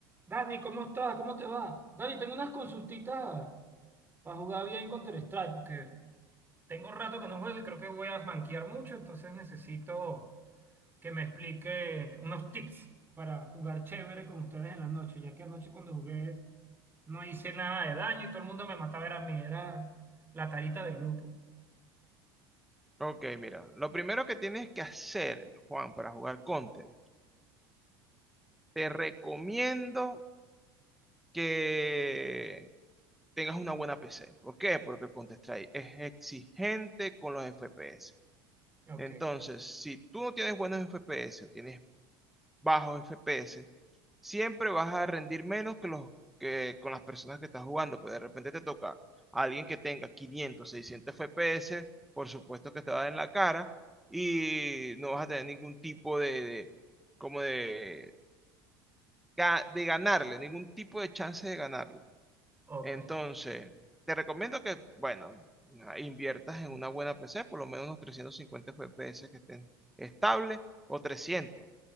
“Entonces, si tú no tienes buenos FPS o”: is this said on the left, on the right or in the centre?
Centre